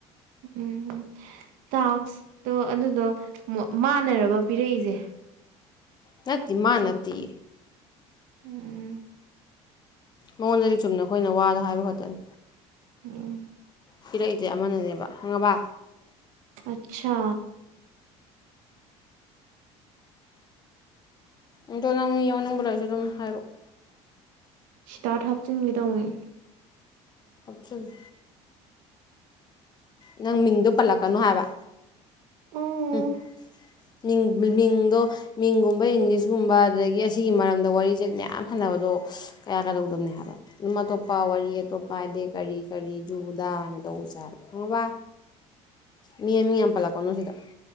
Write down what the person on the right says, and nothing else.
ꯎꯝ ꯇꯥꯛꯁꯇꯣ ꯑꯗꯨꯗꯣ ꯃꯥꯟꯅꯔꯕ ꯄꯤꯔꯛꯏꯁꯦ
ꯎꯝ
ꯎꯝ
ꯑꯆꯥ
ꯁꯤꯗ꯭ꯔꯥꯠ ꯍꯥꯞꯆꯤꯟꯒꯦ ꯇꯧꯅꯦ
ꯑꯣꯀꯦ